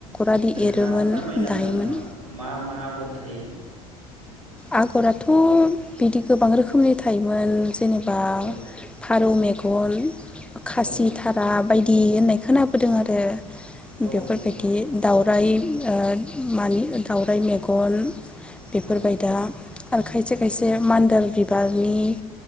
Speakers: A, in the centre; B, on the right.
A: आरि
B: नोंथाङा
A: एरोमोन
B: फोरमायनो
A: दायोमोन
B: हागोन नामा मा मा आगर थायो?
A: आगराथ' बिदि गोबां रोखोमनि थायोमोन। जेनेबा
B: औ
A: फारौ मेग गल खासि
B: औ
A: थारा बायदि बि होननाय खोनाबोदों आरो।
B: औ
A: बेफोरबायदि
B: नंगौ नंगौ औ
A: दावराय ओ मानि दाउराइ मेगन बेफोर
B: औ
A: बायद आरो खायसे खायसे
B: औ
A: मानदोल बिबारनि